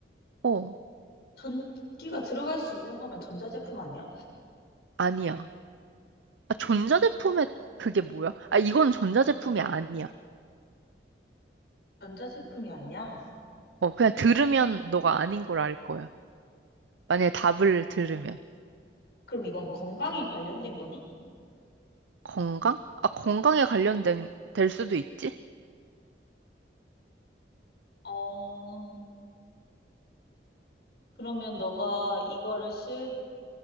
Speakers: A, on the right; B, on the left.
A: 어,
B: 전기가 들어갈 수 있는 거면 전자 제품 아니야?
A: 아니야. 아, 전자제품에 그게 뭐야? 아, 이건 전자제품이 아니야.
B: 전자 제품이 아니야?
A: 어, 그냥 들으면 너가 아닌 걸 알 거야. 만약에 답을 들으면.
B: 그럼 이건 건강에 관련된 거니?
A: 건강? 아, 건강에 관련된, 될 수도 있지?
B: 어, 그러면 너가 이거를 쓸,